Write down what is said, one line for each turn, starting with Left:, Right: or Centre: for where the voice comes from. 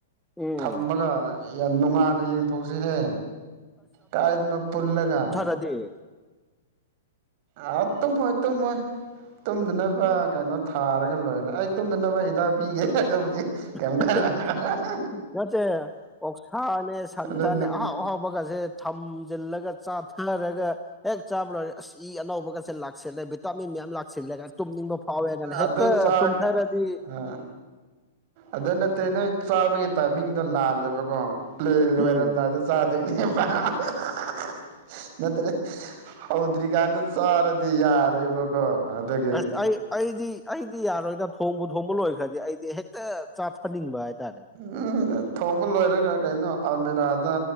Centre: ꯎꯝ
Right: ꯊꯝꯃꯒ ꯌꯥꯝ ꯅꯨꯡꯉꯥꯏꯅ ꯌꯦꯡ <unintelligible> ꯍꯧꯖꯤ ꯍꯦ ꯀꯥꯏꯗꯅꯣ ꯄꯨꯜꯂꯒ
Centre: ꯑꯗꯤ
Right: ꯑꯥ ꯇꯨꯝꯃꯣꯏ ꯇꯨꯝꯃꯣꯏ ꯇꯨꯝꯗꯅꯕ ꯀꯩꯅꯣ ꯊꯥꯔꯒ ꯂꯣꯏꯔꯦ ꯑꯩ ꯇꯨꯝꯗꯅꯕ ꯍꯤꯗꯥꯛ ꯄꯤꯒꯦ ꯑꯗꯨꯕꯨꯗꯤ
Centre: <unintelligible>
Right: ꯀꯩꯝ ꯈꯜꯂꯨꯅꯨ
Centre: ꯅꯠꯇꯦ ꯑꯣꯛꯁꯥꯅꯦ ꯁꯟꯁꯅꯦ
Right: ꯑꯗꯨꯅꯦ
Centre: ꯑꯍꯥꯎ ꯑꯍꯥꯎꯕꯒꯁꯦ ꯊꯝꯖꯤꯜꯂꯒ ꯆꯥꯊꯔꯒ ꯍꯦꯛ ꯆꯥꯕ ꯂꯣꯏꯔ ꯑꯁ ꯏ ꯑꯅꯧꯕꯒꯁꯦ ꯂꯥꯛꯁꯤꯂꯦ ꯚꯤꯇꯥꯃꯤꯟ ꯃꯌꯥꯝ ꯂꯥꯛ ꯁꯤꯜꯂꯦ ꯀꯅ ꯇꯨꯝꯅꯤꯡꯕ ꯐꯥꯎꯋꯦ ꯀꯅ ꯍꯦꯛꯇ
Right: ꯑꯗꯨ ꯆꯥꯛ
Centre: ꯇꯨꯝꯊꯔꯗꯤ
Right: ꯑ ꯑꯗꯨ ꯅꯠꯇꯦ ꯅꯣꯏ ꯆꯥꯕꯒꯤ ꯇꯥꯏꯃꯤꯡꯗꯣ ꯂꯥꯜꯂꯦꯕꯀꯣ ꯄ꯭ꯂꯦ ꯂꯣꯢ ꯂꯣꯏꯔꯝꯗꯥꯏꯗ
Centre: ꯎꯝ
Right: ꯆꯥꯗꯣꯏꯅꯦꯕ <unintelligible> ꯅꯠꯇ꯭ꯔꯦ ꯍꯧꯗ꯭ꯔꯤꯀꯥꯟꯗ ꯆꯥꯔꯗꯤ ꯌꯥꯔꯣꯏꯕꯀꯣ ꯑꯗꯨꯒꯤ
Centre: ꯑꯁ ꯑꯩ ꯑꯩꯗꯤ ꯑꯩꯗꯤ ꯌꯥꯔꯣꯏꯗ ꯊꯣꯡꯕꯨ ꯊꯣꯡꯕ ꯂꯣꯏꯈ꯭ꯔꯗꯤ ꯑꯩꯗꯤ ꯍꯦꯛꯇ ꯆꯥꯊꯟꯅꯤꯡꯕ ꯍꯥꯏꯇꯥꯔꯦ
Right: ꯎꯝ ꯊꯣꯡꯕ ꯂꯣꯏꯔꯒ ꯀꯩꯅꯣ ꯑꯜꯃꯦꯔꯥꯗ